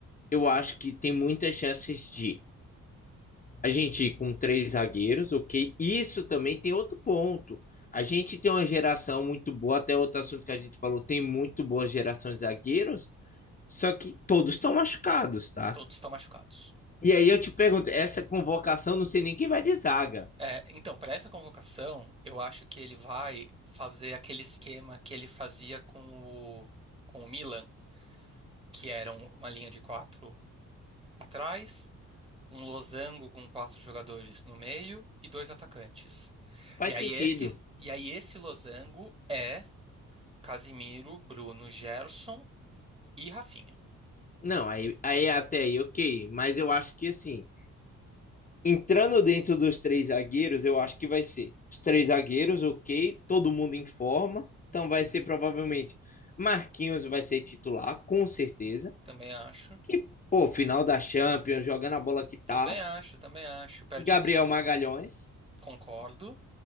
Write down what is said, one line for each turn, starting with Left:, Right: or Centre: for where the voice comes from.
Left: eu acho que tem muitas chances de a gente ir com três zagueiros, ok? Isso também tem outro ponto. A gente tem uma geração muito boa, até outro assunto que a gente falou, tem muito boa geração de zagueiros. Só que todos estão machucados, tá?
Right: Todos estão machucados.
Left: E aí eu te pergunto, essa convocação não sei nem quem vai de zaga.
Right: É, então, para essa convocação, eu acho que ele vai fazer aquele esquema que ele fazia com o, com o Milan, que era um- uma linha de quatro atrás, um losango com quatro jogadores no meio e dois atacantes.
Left: Faz
Right: E aí
Left: sentido.
Right: esse, e aí esse losango é Casimiro, Bruno, Gerson e Rafinha.
Left: Não, aí, aí até aí, ok. Mas eu acho que assim, entrando dentro dos três zagueiros, eu acho que vai ser os três zagueiros, ok. Todo mundo em forma. Então vai ser provavelmente Marquinhos vai ser titular, com certeza.
Right: Também acho.
Left: E, pô, final da Champions, jogando a bola que tá.
Right: Também acho, também acho. Perdizes,
Left: Gabriel Magalhães.
Right: concordo.